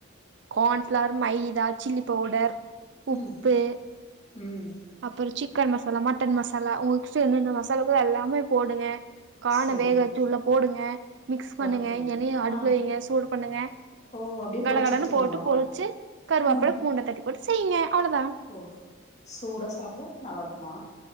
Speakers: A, on the right; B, on the left.
A: கான்ஃப்ளார் மைதா சில்லி பவுடர் உப்பு
B: ம் ம்
A: அப்பற சில் சிக்கன் மசாலா மட்டன் மசாலா உங்ககிட்ட என்னென்ன மசாலாருக்கோ எல்லாமே போடுங்க பான
B: சரி
A: வேக வச்சு உள்ளே போடுங்க ஆ மிக்ஸ் பண்ணுங்க
B: ஓகே
A: எண்ணெய அடுப்புல
B: ஆ
A: வையுங்க சூடு பண்ணுங்க
B: ஓ அப்டியே
A: கட
B: பொறிச்சு
A: கடன்னு
B: எடுத்துடணுமா
A: போட்டு பொருச்சு கருவாப்புழ
B: ம்
A: பூண்ட தட்டி போட்டு செய்ங்க அவ்ளோதா
B: ஓ சூடா சாப்ட நல்லாருக்குமா